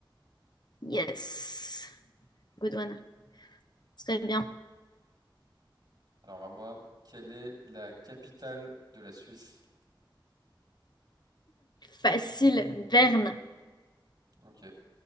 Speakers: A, on the left; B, on the right.
A: Yes, good one. Très bien.
B: Alors à moi, quelle est la capitale de la Suisse?
A: Facile, Verne.
B: Ok,